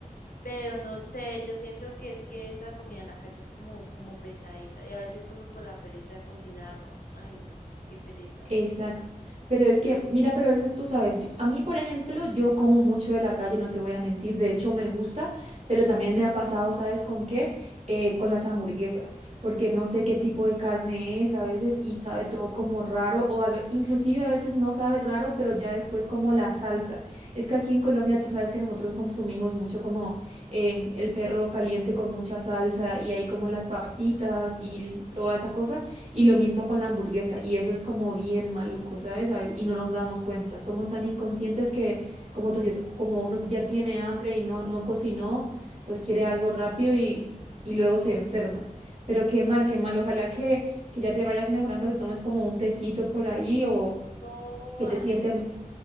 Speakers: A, on the left (about 85°); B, on the right (about 55°).
A: Pero no sé, yo siento que es que esa comida en la calle es como, como pesadita y a veces uno por la pereza de cocinar, ¿no? Ay, no, sí, qué pereza a
B: Exacto.
A: veces.
B: Pero es que, mira, pero eso es, tú sabes, yo- a mí, por ejemplo, yo como mucho de la calle, no te voy a mentir, de hecho me gusta, pero también me ha pasado, ¿sabes con qué? Eh, con las hamburguesas, porque no sé qué tipo de carne es a veces y sabe todo como raro, o al ve- inclusive a veces no sabe raro, pero ya después como la salsa. Es que aquí en Colombia tú sabes que nosotros consumimos mucho como eh, el perro caliente con mucha salsa y hay como las papitas y toda esa cosa y lo mismo con la hamburguesa, y eso es como bien maluco, ¿sabes? ¿Sabes? Y no nos damos cuenta. Somos tan inconscientes que, como tú dices, como uno ya tiene hambre y no, no cocinó, pues quiere algo rápido y, y luego se enferma. Pero qué mal, qué mal. Ojalá que, que ya te vayas mejorando, que tomes como un tecito por ahí o
A: No,
B: que
A: harto.
B: te siente,